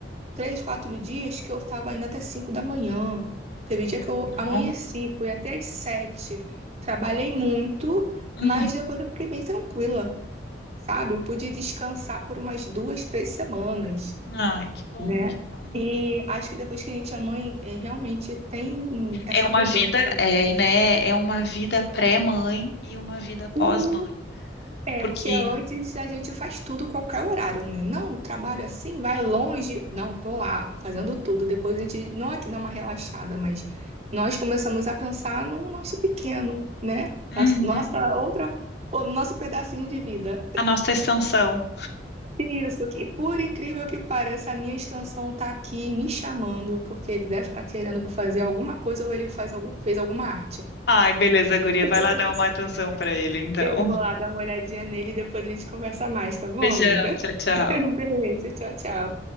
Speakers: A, on the right (about 40°); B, on the left (about 70°).
A: três, quatro dias que eu estava ainda até cinco da manhã. Teve dia que eu
B: não,
A: amanheci, fui até às sete. Trabalhei muito,
B: uhum.
A: mas depois eu fiquei bem tranquila, sabe? Eu pude descansar por umas duas, três semanas
B: Ai, que bom,
A: né?
B: que bom.
A: E acho que depois que a gente é mãe, é, realmente tem essa
B: É uma
A: mudança,
B: vida, é,
A: né?
B: né? É uma vida pré-mãe e uma vida pós-mãe,
A: Uhum. É,
B: porque
A: porque antes a gente faz tudo qualquer horário, né? Não, trabalho assim, vai longe. Não, tô lá fazendo tudo. Depois a gente, não é que dá uma relaxada, mas nós começamos a pensar no nosso pequeno, né?
B: uhum,
A: Nossa nossa outra, o nosso pedacinho de vida.
B: a nossa extensão.
A: Isso, que por incrível que pareça, a minha extensão tá aqui me chamando, porque ele deve estar querendo fazer alguma coisa ou ele faz algum, fez alguma arte.
B: Ai, beleza, guria,
A: <laughs>
B: vai lá dar uma atenção pra ele, então.
A: Eu vou lá dar uma olhadinha nele e depois a gente conversa mais, tá bom,
B: Beijão,
A: amiga?
B: tchau, tchau.
A: <laughs> Beijo, tchau, tchau.